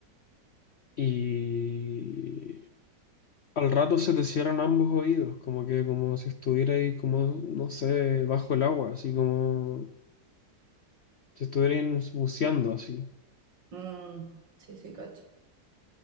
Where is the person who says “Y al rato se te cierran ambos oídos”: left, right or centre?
Left